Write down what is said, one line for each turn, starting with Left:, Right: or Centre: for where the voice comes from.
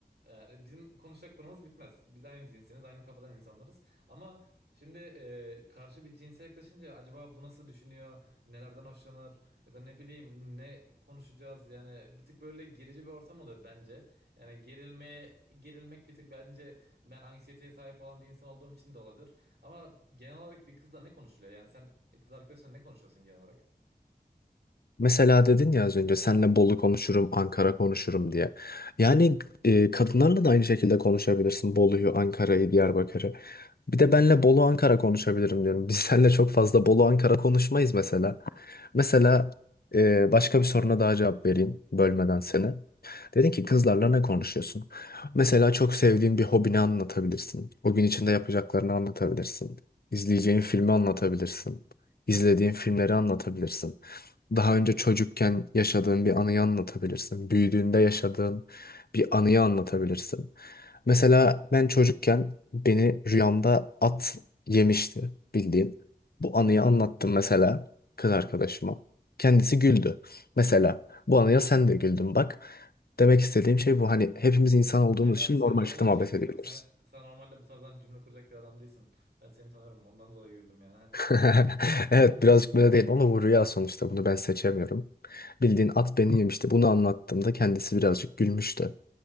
Right: E, bizim konuşacak konumuz bitmez. Biz aynı cinsiniz, aynı kafadan insanlarız. Ama Şimdi e, karşı bir cinse yaklaşınca acaba bu nasıl düşünüyor, nelerden hoşlanır ya da ne bileyim ne konuşacağız yani bir tık böyle gerici bir ortam oluyor bence. Yani gerilme gerilmek bir tık bence ben anksiyeteye sahip olan bir insan olduğum için de olabilir. Ama genel olarak bir kızla ne konuşuluyor? Yani sen kız arkadaşınla ne konuşuyorsun genel olarak?
Left: Mesela dedin ya az önce senle Bolu konuşurum, Ankara konuşurum diye. Yani e, kadınlarla da aynı şekilde konuşabilirsin. Bolu'yu, Ankara'yı, Diyarbakır'ı. Bir de benle Bolu Ankara konuşabilirim diyorum. Biz seninle çok fazla Bolu Ankara konuşmayız mesela. Mesela e, başka bir soruna daha cevap vereyim bölmeden seni. Dedin ki kızlarla ne konuşuyorsun? Mesela çok sevdiğin bir hobini anlatabilirsin. O gün içinde yapacaklarını anlatabilirsin. İzleyeceğin filmi anlatabilirsin. İzlediğin filmleri anlatabilirsin daha önce çocukken yaşadığın bir anıyı anlatabilirsin. Büyüdüğünde yaşadığın bir anıyı anlatabilirsin. Mesela ben çocukken beni rüyamda at yemişti bildiğin. Bu anıyı
Right: <laughs>
Left: anlattım mesela kız arkadaşıma. Kendisi güldü. Mesela bu anıya sen de güldün bak. Demek istediğim şey bu. Hani hepimiz insan olduğumuz
Right: Hayır ben
Left: için
Right: sen
Left: normal
Right: olduğun
Left: şekilde muhabbet
Right: için güldüm.
Left: edebiliriz.
Right: Sen sen normalde bu tarzdan cümle kuracak bir adam değilsin. Ben seni tanıyorum ondan dolayı güldüm yani.
Left: <laughs> Evet birazcık böyle değil ama bu rüya sonuçta bunu ben seçemiyorum. Bildiğin at beni yemişti. Bunu anlattığımda kendisi birazcık gülmüştü.